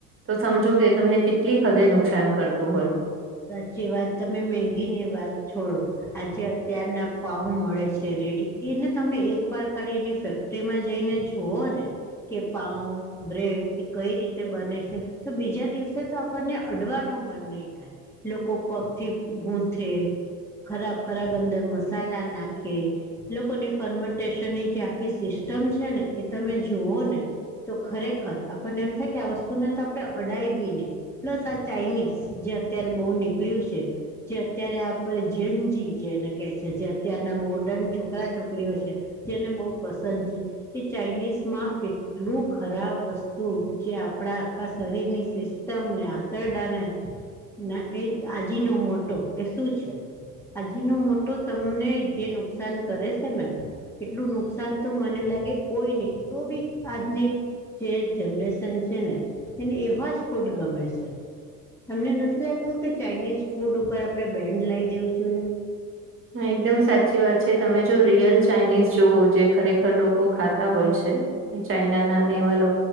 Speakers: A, on the right; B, in the centre.
A: તો સમજો કે તમને કેટલી હદે નુકસાન કરતું હોય.
B: સાચી વાત તમે મેગી ની વાત છોડો આજે અત્યારના પાઉ મળે છે. રેડી એને તમે એક વાર ખાલી એની ફેક્ટરીમાં જઈને જુઓ ને કે પાઉ બ્રેડ એ કઈ રીતે બને છે. તો બીજા દિવસે તો આપણને અડવાનું મન નહી થાય લોકો પગ થી ગૂથે ખરાબ ખરાબ અંદર મસાલા નાખે લોકોની ફર્મેન્ટેશન ની જે આખી સિસ્ટમ સિસ્ટમ છે ને એ તમે જુઓ ને તો ખરેખર આપણને એમ થાય કે આ વસ્તુને તો આપણે અડાઈબીની પ્લસ આ ચાાઈનીઝ જે અત્યારે બહુ નીકળ્યું છે જે અત્યારે આપણે જેનજી જેને કે છે જે અત્યારના મોડ છોકરા છોકરી છે જેને બ પસંદ છે એ ચાઇનીઝમાં એટલું ખાતુ વસ્તુ જે આપણા આખા શરીરની સિસ્ટમને આંતરડાને ના એ આજીનો મોટો એ શું છે. હજ ન મોટો તમને જે નુકસાન કરે છે ને એટલું નુકસાન તો મને લાગે કોઈ નહી તો બી આજની જે જનરેશન છે. ને એને એવા જ ફૂડ ગમે છે તમને નથી કે ચાઇનીઝ ફૂડ ઉપર આપડણે બેન્ડ લાવ દેવું જોઈએ.
A: હા એકદમ સાચી વાત છે તમે જો રિયલ ચાઇનીઝ જોવઓ જે ખરેખર લોકો ખાતા હોય છે. ચાઈના ના એવા